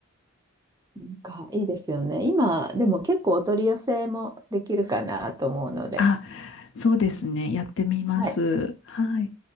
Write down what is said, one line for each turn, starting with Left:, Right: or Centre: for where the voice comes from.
Right: なんか、いいですよね。今、でも結構お取り寄せもできるかなと思うので。
Left: あ、そうですね。やってみます。
Right: はい
Left: はい。